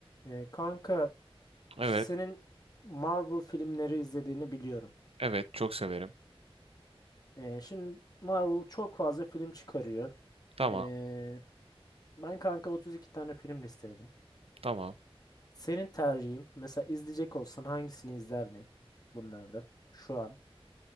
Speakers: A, on the left; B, on the right.
A: Ee, kanka
B: Evet.
A: senin Marvel filmleri izlediğini biliyorum.
B: Evet. Çok severim.
A: Ee, şimdi Marvel çok fazla film çıkarıyor.
B: Tamam.
A: Ee, ben kanka 32 tane film listeledim.
B: Tamam.
A: Senin tercihin mesela izleyecek olsan hangisini izlerdin bunlardan şu an?